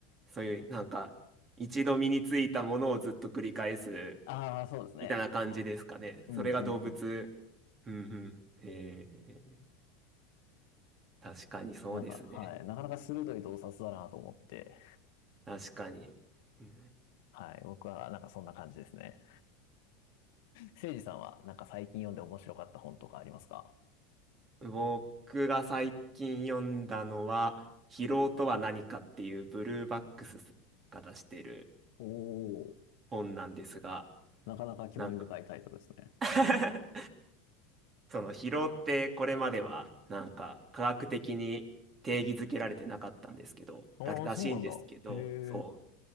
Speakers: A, on the right; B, on the left.
A: う、そういう、なんか、一度身についたものをずっと繰り返す
B: ああ、そうですね。
A: みたいな感じですかね。
B: うんうんうん。
A: それが動物。うん、うん。へえ。確かにそうですね。
B: なんか、はい。なかなか鋭い洞察だなと思って、
A: 確かに。うん
B: はい。僕はなんかそんな感じですね。せいじさんはなんか最近読んで面白かった本とかありますか
A: 僕が最近読んだのは「疲労とは何か」っていうブルーバックスが出してる
B: おおー。
A: 本なんですが
B: なかなか興味深いタイトルですね。
A: なんか <laughs> その疲労ってこれまではなんか科学的に定義づけられてなかったんですけどら、
B: ああ、
A: らしいんですけどそ
B: そうなんだ。へえ。